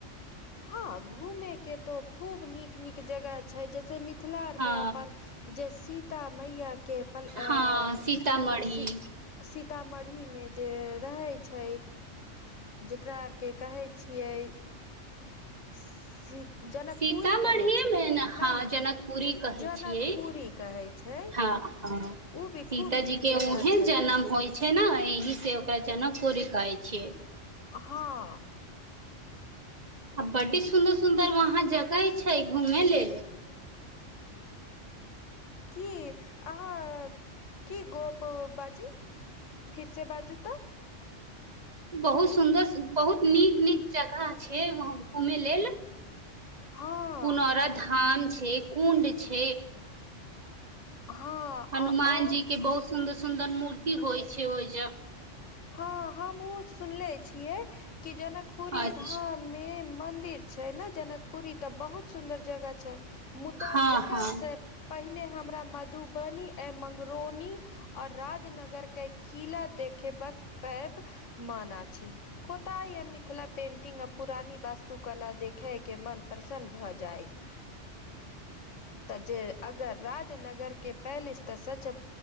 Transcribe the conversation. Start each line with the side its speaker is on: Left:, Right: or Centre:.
Left: हँ घूमे के तो खूब नीक नीक जगह छै जैसे मिथिला आर
Right: हँ
Left: मे अपन जे सीता मैया के पल सी
Right: हँ सीतामढ़ी
Left: सी सीतामढ़ीमे जे रहै छै जकरा आरके कहै छियै सी जनकपुरी
Right: सीतामढ़ीे
Left: कहै छै
Right: मे
Left: न
Right: ने हँ
Left: न
Right: जनकपुरी कहै
Left: जनकपुरी
Right: छियै
Left: कहै छै
Right: हँ ह
Left: ओ भी
Right: सीता
Left: खूब नीक
Right: जी के
Left: जगह
Right: उहेन
Left: छै
Right: जनम होइ छै ने एहि से ओकरा जनकपुरी कहै छै छ
Left: हाँ
Right: आ बड्डी सुंन्दर सुन्दर वहाँ जगह ह छै घूमे लेल
Left: की अहाँ की गप बाजी फिर से बाजू तऽ
Right: बहुत सुन्दर बहुत नीक नीक जगह छै वहाँ घूमेय लेल।
Left: हँ
Right: पुनरा धाम छै। उंड छै
Left: हँ
Right: हनुमान
Left: ओ
Right: जी के बहुत सुन्दर सुन्दर मूर्ति होइ छै ओहि जे।
Left: हँ हँ हम सुनले छियै कि जनकपुरी
Right: अच्छा
Left: धाममे मंदिर छै ने जनकपुरी तऽ बहुत सुन्दर जगह छै मुद्दा
Right: हँ
Left: ओकर
Right: हँ
Left: से पहिने हमरा मद धुबनी ए मंगरोनी आऔर राजनगर के किला देखेबाक पैब माना छी। होताय मिथिला पेंटिंग पुरानी बास तु कला देख खे के मन प्रसन्न भऽ जायत तऽ जे अगर राजनगर के पहिल स्तर सच